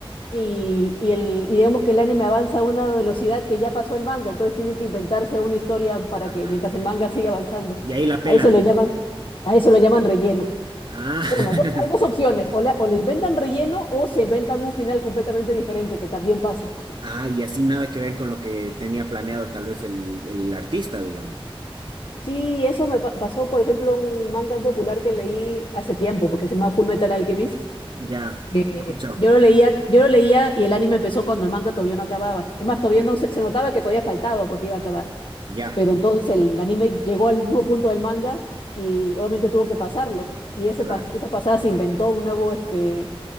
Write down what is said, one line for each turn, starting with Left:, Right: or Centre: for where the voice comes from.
Left: y, y el, y digamos que el anime avanza a una velocidad que ya pasó el manga, entonces tienen que inventarse una historia para
Right: ah,
Left: que mientras el manga siga avanzando.
Right: y ahí la pelan,
Left: A eso lo
Right: digamos.
Left: llaman, a eso lo llaman relleno.
Right: Ah,
Left: Bueno, do- hay dos opciones,
Right: <laughs>
Left: o, la- o le inventan relleno o se inventan un final completamente diferente, que también pasa.
Right: ah, y así nada que ver con lo que tenía planeado tal vez el, el artista, digamos.
Left: Sí, eso me pa- pasó, por ejemplo, un manga popular que leí hace tiempo, porque se llama Full Metal Alchemist
Right: Ya,
Left: que
Right: escuchado.
Left: yo lo leía, yo lo leía y el anime empezó cuando el manga todavía no acababa. Es más,
Right: Mm,
Left: todavía no se, se notaba que todavía faltaba porque iba a acabar.
Right: Ya,
Left: Pero entonces el anime llegó al mismo punto del manga y obviamente tuvo que pasarlo. Y ese
Right: claro.
Left: pas- esa pasada se inventó un nuevo, este,